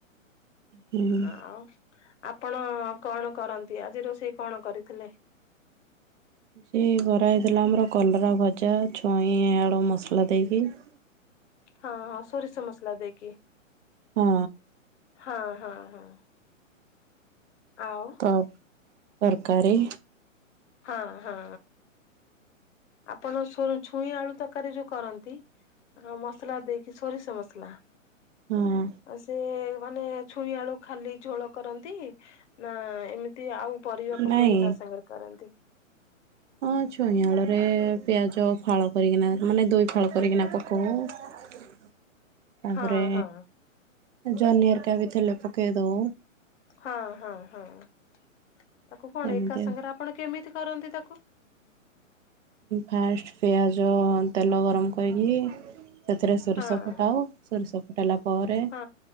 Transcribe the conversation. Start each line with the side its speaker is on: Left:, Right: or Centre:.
Right: ହୁଁ।
Left: ଏଁ ଆଁ ଉ ଆପଣ କଣ କରନ୍ତି? ଆଜି ରୋଷେଇ କଣ କରିଥିଲେ?
Right: ହୁଁ କରା ହେଇଥିଲା ଆମର କଲରା ଭଜା, ଛୁଇଁ ଆଳୁ ମସଲା ଦେଇକି। ହଁ।
Left: ହଁ ହଁ ସୋରିଷ ମସଲା ଦେଇକି
Right: ହଁ
Left: ହଁ ହଁ ହଁ। ଆଉ
Right: ତ ତରକାରୀ।
Left: ହଁ, ହଁ। ଆପଣ ଫୁଣି ଛୁଇଁ, ଆଳୁ ତରକାରୀ ଯୋଉ କରନ୍ତି ମସଲା ଦେଇକି ସୋରିଷ ମସଲା।
Right: ହଁ
Left: ଆ ସେ ମାନେ ଛୁଇଁ, ଆଳୁ ଖାଲି ଝୋଳ କରନ୍ତି ନା ଏମିତି ଆଉ ପରିବା ପକେଇକି
Right: ନାଇଁ
Left: ତା ସାଙ୍ଗରେ କରନ୍ତି।
Right: ହଁ ଛୁଇଁ, ଆଳୁରେ ପିଆଜ ଫାଳ କରିକିନା ମାନେ ଦଇ ଫାଳ କରିକିନା ପକଉ। ତାପରେ
Left: ହଁ ହଁ।
Right: ଜହ୍ନି ହେରିକା ବି ଥିଲେ ପକେଇ ଦଉ।
Left: ହଁ ହଁ ହଁ ତାକୁ କଣ
Right: ଏମିତି
Left: ଏକା ସାଙ୍ଗରେ
Right: ଆଉ।
Left: ଆପଣ କେମିତି କରନ୍ତି ତାକୁ?
Right: ଫାଷ୍ଟ୍ ପିଆଜ, ତେଲ ଗରମ କରିକି ସେଥିରେ ସୋରିଷ
Left: ହଁ।
Right: ଫୁଟାହବ। ସୋରିଷ ଫୁଟାଇଲା ପରେ
Left: ହଁ